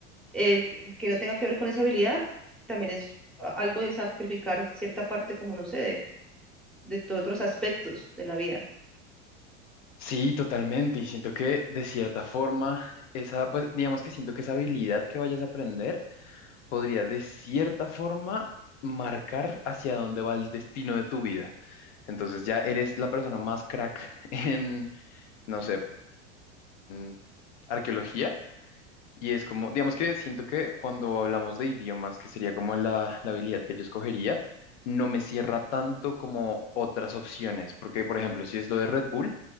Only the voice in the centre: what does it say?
eh, que que no tenga que ver con esa habilidad, también es a- algo de sacrificar cierta parte, como no sé, de, de tus otros aspectos de la vida.